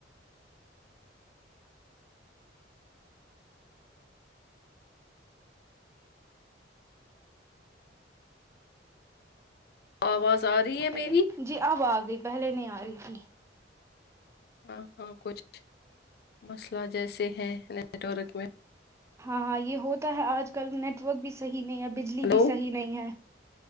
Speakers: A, on the left; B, on the right.
A: آواز آ رہی
B: ہلو
A: ہے میری
B: جی اب آ گئی پہلے نہیں آ رہی تھی
A: ہاں ہاں کچھ مسئلہ جیسے ہیں نیٹورک میں
B: ہاں ہاں یہ ہوتا ہے آج کل نیٹورک بھی صحیح نہیں اب بجلی
A: ہلو
B: بھی صحیح نہیں ہے